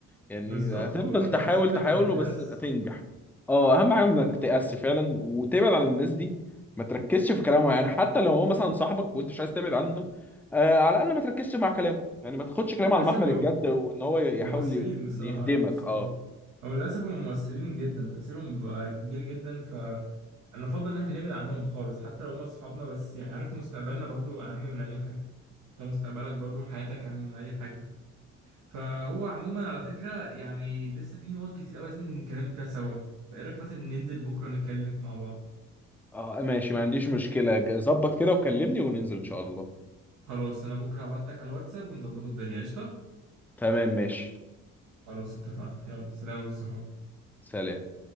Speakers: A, in the centre; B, on the right.
A: يعني
B: بالظبط
A: هتفضل
B: والله
A: تحاول
B: بس أنت
A: تحاول
B: ما تيأس
A: وبس هتنجح اه اهم حاجه انك تقس فعلا وتبعد عن الناس دي ما تركزش في كلامه يعني حتى لو هو مثلا صاحبك وانت مش عايز تبعد عنه آه على الاقل ما تركزش مع كلامه يعني ما تاخدش كلام
B: للأسف
A: على محمل الجد وان هو يحاول
B: مؤثرين
A: ي-
B: بصراحة
A: يهدمك
B: والصحاب
A: اه
B: أو للأسف هم مؤثرين جدا تأثيرهم بيبقى كبير جدا فأنا أفضل إن إحنا نبعد عنهم خالص حتى لو هم أصحابنا بس يعني عارف مستقبلنا برضو أهم من أي حاجة فمستقبلك برضو حياتك أهم من أي حاجة فهو عموما على فكرة يعني لسه في نقط كتير أوي عايزين نتكلم فيها سوا فإيه رأيك مثلا ننزل بكرة نتكلم مع بعض
A: اه ماشي ما عنديش مشكلة ج- ظبط كده وكلمني وننزل ان شاء الله
B: خلاص أنا بكرة هبعتك على الواتساب ونظبطوا الدنيا قشطة
A: تمام ماشي
B: خلاص اتفقنا يلا سلام والصحاب
A: سلام